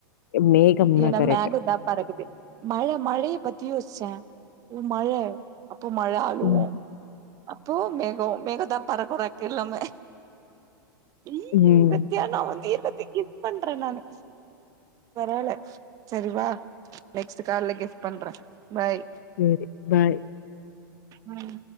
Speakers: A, on the left; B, on the right.
A: மேகம்னா
B: ஏன்னா
A: கரெக்ட்
B: மேக தா பறக்குது மழ மழைய பத்தி யோசிச்சே உ மழ அப்போ மழ அழுவு
A: ம்
B: அப்போ மேகம் மேகம் தா <unintelligible> எல்லாமே ஈஈஈஈ
A: ம்
B: வித்தியா நா வந்து கிஃப்ட்ஸ் பண்றே நானு பரவாலே சேரி வா நெக்ஸ்ட் கால்ல கிஃப்ட் பண்ணறே பாய்
A: சேரி பாய்
B: உம்